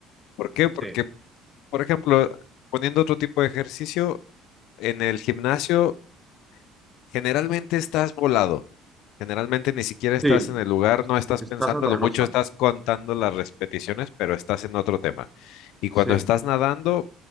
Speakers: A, on the left (about 75°); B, in the centre.
A: ¿Por qué? Porque,
B: Sí.
A: por ejemplo, poniendo otro tipo de ejercicio, en el gimnasio generalmente estás volado. Generalmente ni siquiera estás
B: Sí,
A: en el lugar,
B: es-
A: no estás
B: estás
A: pensando,
B: a otra
A: lo mucho
B: cosa.
A: estás contando las repeticiones, pero estás en otro tema. Y cuando
B: Sí,
A: estás nadando,